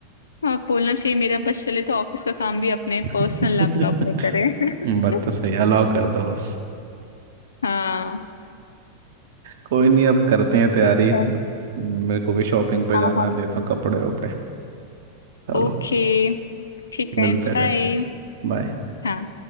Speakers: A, on the left (about 70°); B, on the right (about 55°).
A: हाँ बोलना चाहिए मेरा बस चले तो ऑफिस का काम भी अपने पर्सनल
B: <laughs>
A: लैपटॉप में करें <laughs>
B: बात तो सही अलाउ कर दो बस
A: हाँ
B: कोई नहीं अब करते हैं तैयारी
A: ठीक है
B: म- मेरे को भी शॉपिंग पे
A: हाँ
B: जाना
A: हाँ
B: है देता हूँ कपड़े वपड़े चलो
A: ओके ठीक
B: मिलते
A: है बाय
B: रहे बाय
A: हाँ